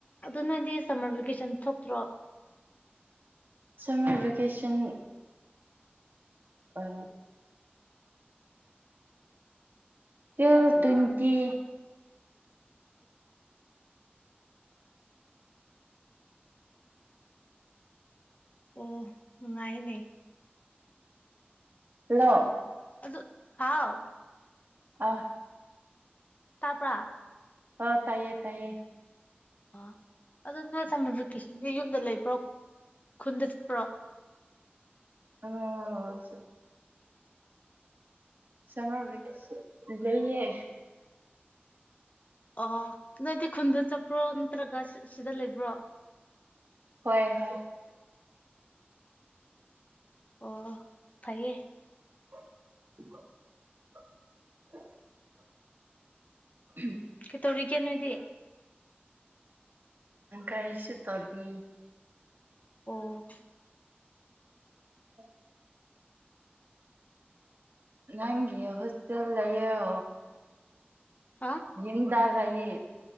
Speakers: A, on the left; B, on the right.
A: ꯑꯗꯨꯣ ꯅꯣꯏꯗꯤ ꯁꯝꯃꯔ ꯚꯦꯀꯦꯁꯟ ꯊꯣꯛꯇ꯭ꯔꯣ
B: summer vacation uh till twenty
A: ꯑꯣ ꯅꯨꯡꯉꯥꯏꯅꯦ
B: ꯍꯦꯜꯂꯣ
A: ꯑꯗꯨ ꯍꯥꯎ
B: ꯑꯥ
A: ꯇꯥꯄꯥ
B: ꯑ ꯇꯥꯏꯌꯦ ꯇꯥꯏꯌꯦ
A: ꯑ ꯑꯗꯣ ꯅꯣꯏ ꯁꯝꯃ ꯚꯦꯀꯦꯁꯟꯒꯤ ꯌꯨꯝꯗ ꯂꯩꯕ꯭ꯔꯣ ꯈꯨꯟꯗ ꯆꯠꯄ꯭ꯔꯣ
B: ꯑꯥ ꯆꯠ ꯁꯨꯝꯃꯦꯔ ꯚꯦꯀꯦꯁꯟ ꯂꯩꯌꯦ
A: ꯑꯣ ꯅꯣꯏꯗꯤ ꯈꯨꯟꯗ ꯆꯠꯄ꯭ꯔꯣ ꯅꯠꯇ꯭ꯔꯒ ꯁꯤꯗ ꯂꯩꯕ꯭ꯔꯣ
B: ꯍꯣꯏ ꯍꯣꯏ
A: ꯑꯣ ꯐꯩꯌꯦ
B: <inaudible> ꯎꯝ
A: ꯀꯩꯇꯧꯔꯤꯒꯦ ꯅꯣꯏꯗꯤ
B: ꯀꯔꯤꯁꯨ ꯇꯧꯗꯦ
A: ꯑꯣ
B: ꯎꯝ ꯅꯪꯒ ꯍꯣꯁꯇꯦꯜ ꯂꯩ ꯌꯣ
A: ꯍꯥ
B: ꯌꯨꯝ ꯗꯥ ꯂꯩꯌꯦ